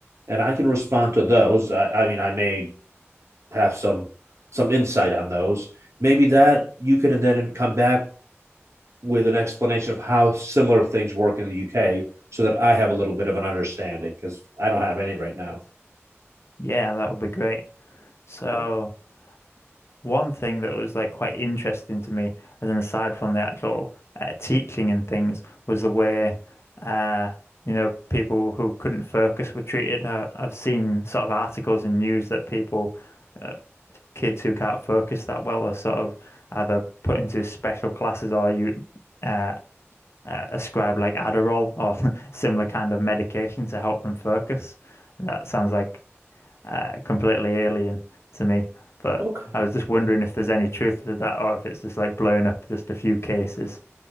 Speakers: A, on the right; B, on the left.
A: and I can respond to those, I, I mean, I may have some some insight on those. Maybe that you can then come back with an explanation of how similar things work in the UK so that I have a little bit of an understanding because I don't have any right now.
B: Yeah, that would be great. So
A: Oh,
B: One thing that was like quite interesting to me, as an aside from the actual uh, teaching and things, was the way uh, you know people who couldn't focus were treated. Uh, I've seen sort of articles and news that people, uh, kids who can't focus that well, are sort of either put into special classes or you uh, uh, ascribe like Adderall or <laughs> similar kind of medication to help them focus. And that sounds like uh, completely alien to me. But
A: okay.
B: I was just wondering if there's any truth to that or if it's just like blowing up just a few cases.